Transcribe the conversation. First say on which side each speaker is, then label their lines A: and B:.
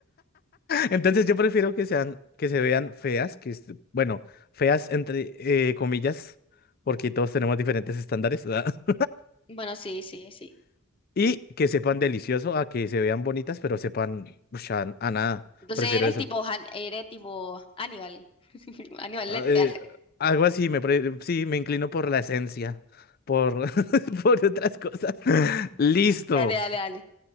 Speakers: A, on the left (about 45°); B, on the left (about 25°).
A: entonces yo prefiero que sean, que se vean feas, que, es- bueno, feas entre eh, comillas, porque todos tenemos diferentes estándares, <laughs>
B: Bueno, sí, sí, sí.
A: Y que sepan delicioso a que se vean bonitas, pero sepan ush, a, a nada.
B: Entonces
A: Prefiero
B: eres
A: eso.
B: tipo, Han- eres tipo Aníbal. <laughs> Aníbal
A: Ah,
B: Lecter.
A: eh, algo así, me pre- sí, me inclino por la esencia, por, <laughs> por otras cosas. <laughs> Listo.
B: Dale, dale, dale.